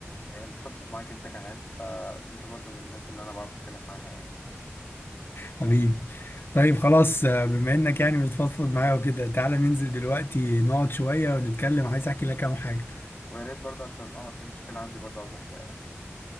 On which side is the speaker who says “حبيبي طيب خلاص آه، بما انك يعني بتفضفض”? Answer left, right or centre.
Left